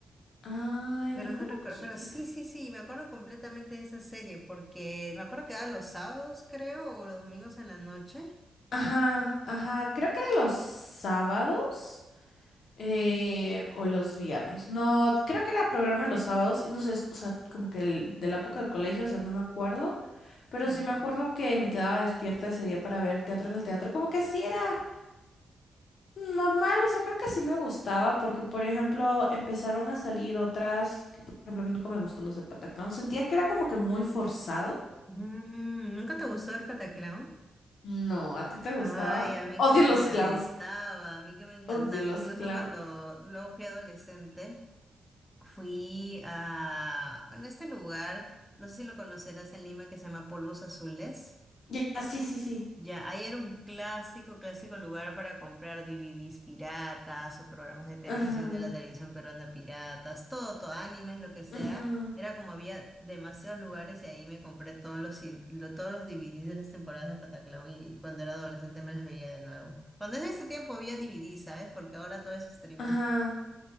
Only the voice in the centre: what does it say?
Pero
no recuerdo,
pero sí, sí, sí, me acuerdo completamente de esa serie porque me acuerdo que era los sábados, creo, o los domingos en la noche.
Ajá.
Mm, ¿nunca te gustó el Pataclown?
Ay,
a mí
que me
encantaba,
a mí que me encantaba.
Incluso
cuando luego fui adolescente, fui a, bueno, este lugar, no sé si lo conocerás en Lima, que se llama Polvos Azules.
Ya, ahí era un clásico, clásico lugar para comprar DVDs piratas o programas de televisión
de la televisión peruana piratas, todo, todo, animes, lo que sea.
Era como había demasiados lugares y ahí me compré todos los, ci- lo- todos los DVDs de las temporadas de Pataclown y cuando era adolescente me las veía de nuevo. Cuando en ese tiempo había DVDs, ¿sabes? Porque ahora todo es streaming.